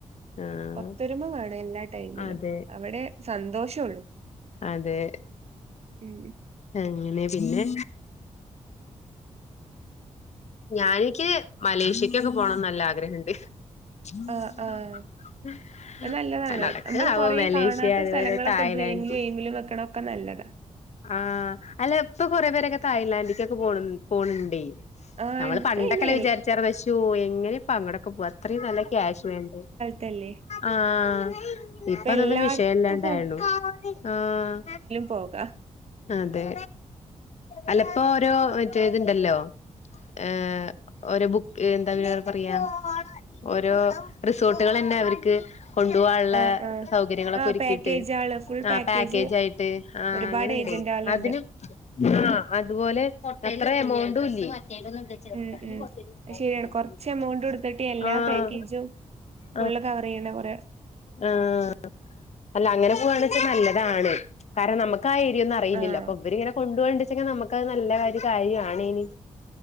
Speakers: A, on the left (about 55°); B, on the right (about 50°).
A: ആഹ്
B: ഒത്തൊരുമ വേണം എല്ലാ ടൈമിലും
A: അതെ
B: അവിടെ സന്തോഷം ഒള്ളു
A: അതെ
B: ഉം
A: അങ്ങനെ പിന്നെ ഞാനെനിക്ക് മലേഷ്യക്കൊക്കെ പോണംന്ന് നല്ല ആഗ്രഹണ്ട് <inaudible>
B: ആഹ് ആഹ് അത് നല്ലതാണ്
A: നടക്കോ
B: നമ്മള്
A: ആവോ
B: കൊറേ
A: മലേഷ്യ
B: കാണാത്ത
A: അതുപോലെ
B: സ്ഥലങ്ങളൊക്കെ
A: തായ്ലൻഡ്
B: ഡ്രീമിലും എയിമിലും വെക്കണൊക്കെ നല്ലതാ
A: ആഹ് അല്ല ഇപ്പൊ കൊറെ പേരൊക്കെ തഴ്ലാൻഡിക്കൊക്കെ പോണ് പോണ് ണ്ടേയ്
B: ആഹ്
A: നമ്മള്
B: ഇപ്പയ്നൽ
A: പണ്ടൊക്കെല്ല വിചാരിച്ചാര്ന്ന് ശോ എങ്ങനെപ്പ അങ്ങടൊക്കെ പോവാ അത്രയും നല്ല ക്യാഷ് വേണ്ടെ
B: തല്ലേ
A: ആഹ് ഇപ്പ അതൊന്നും
B: എല്ലാട്ത്ത്ക്കും
A: വിഷയല്ലാണ്ടയുള്ളൂ ആഹ്
B: പോക
A: അതെ അല്ലപ്പൊ ഓരോ മറ്റേ ത്ണ്ടല്ലോ ഏഹ് ഓര് ബുക്ക് എന്താ <unintelligible> പറയാ ഓരോ റിസോർട്ടുകളെന്നെ അവര്ക്ക് കൊണ്ടൂവാള്ളെ
B: ആഹ് ആഹ്
A: സൗകര്യങ്ങളൊക്കെ
B: ആഹ്
A: ഒരുക്കിയിട്ട്
B: പാക്കേജ് ആള് ഫുൾ
A: ആഹ്
B: പാക്കേജ്
A: പാക്കേജായിട്ട് ആഹ്
B: ഒരുപാട്
A: അങ്ങനെ
B: ഏജന്റ് ആളുണ്ട്
A: അതിനും ആഹ് അതുപോലെ <unintelligible> അത്രെ എമൗണ്ടൂല്ല്യേ <unintelligible>
B: ഉം ഉം അത് ശരിയാണ് കൊറച്ച് എമൗണ്ട് കൊടുത്തിട്ട് എല്ലാ
A: ആഹ്
B: പാക്കേജും ഫുള്ള്
A: ആഹ്
B: കവറെയ്യ്ണ കുറെ
A: ആഹ് അല്ല അങ്ങനെ പോവാണ് ച്ചാ നല്ലതാണ് കാരണം നമ് ക്കാഏരിയൊന്നും അറിയില്ലല്ലോ
B: ആഹ്
A: അപ്പൊ ഇവരിങ്ങനെ കൊണ്ടോവ്ണ്ടിച്ചെങ്കെ നമുക്ക് അഹ് നല്ലകാരിയൊക്കെ ആണേനി